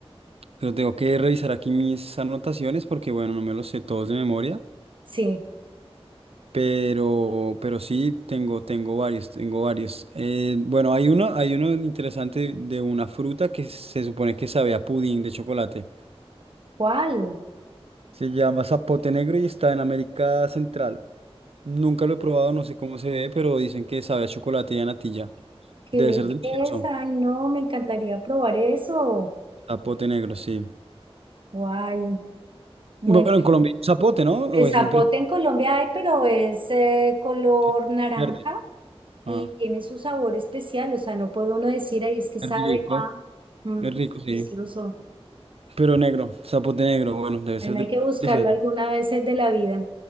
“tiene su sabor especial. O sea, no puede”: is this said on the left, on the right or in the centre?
Right